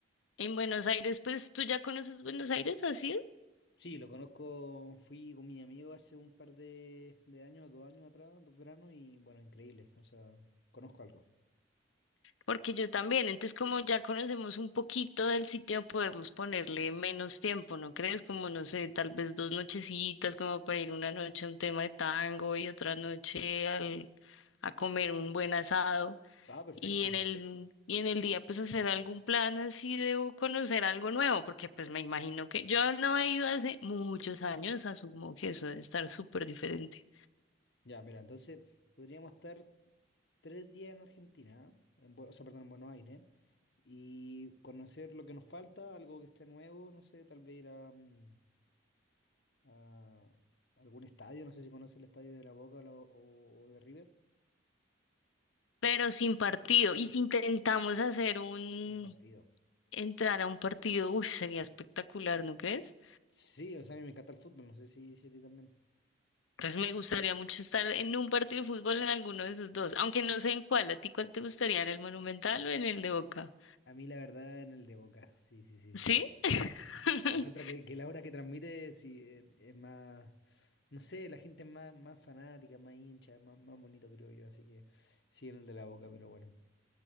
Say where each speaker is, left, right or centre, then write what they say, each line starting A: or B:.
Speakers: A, on the left; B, on the left.
A: en Buenos Aires, pues tú ya conoces Buenos Aires, ¿así?
B: Sí, lo conozco, fui con mi amigo hace un par de, de años, dos años atrás, dos veranos, y bueno, increíble, o sea, conozco algo.
A: Porque yo también. Entonces, como ya conocemos un poquito del sitio, podemos ponerle menos tiempo, ¿no crees? Como, no sé, tal vez dos nochecitas, como para ir una noche a un tema de tango y otra noche al- a comer un buen asado.
B: Ah, perfecto.
A: y en el, y en el día pues hacer algún plan así de o conocer algo nuevo, porque pues me imagino que yo no he ido hace muchos años, asumo que eso debe estar súper diferente,
B: Ya, mira, entonces podríamos estar tres días en Argentina, en, Bue- o sea, perdón, en Buenos Aires, y conocer lo que nos falta, algo que esté nuevo, no sé, tal vez ir a, mm, a algún estadio, no sé si conoces el estadio de La Boca o, la- o- o de River.
A: pero sin partido. Y si intentamos hacer un,
B: Un partido.
A: entrar a un partido, uy, sería espectacular, ¿no crees?
B: Sí, o sea, a mí me encanta el fútbol, no sé si, si a ti también.
A: Pues me gustaría mucho estar en un partido de fútbol en alguno de esos dos, aunque no sé en cuál, ¿a ti cuál te gustaría, en el Monumental
B: A,
A: o en el de Boca?
B: a mí la verdad en el de Boca, sí, sí, sí,
A: ¿Sí?
B: sí.
A: <laughs>
B: Encuentro que, que la obra que transmite sí, eh, es más, no sé, la gente es más, más fanática, más hincha, es más, más bonito creo yo, así que sí, en el de la boca, pero bueno.